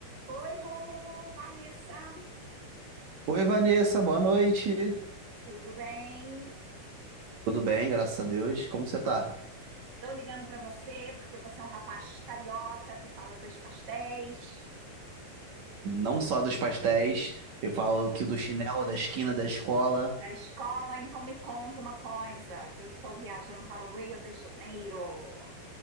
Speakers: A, on the right (about 85°); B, on the right (about 65°).
A: Oi, Rômulo, Vanessa,
B: Oi, Vanessa, boa noite.
A: tudo bem?
B: Tudo bem, graças a Deus. Como você tá?
A: Estou ligando para você porque você é um rapaz carioca que fala dois pastéis
B: Não só dos pastéis, eu falo que do chinelo da esquina da escola.
A: na escola, então me conta uma coisa, que eu estou viajando para o Rio de Janeiro.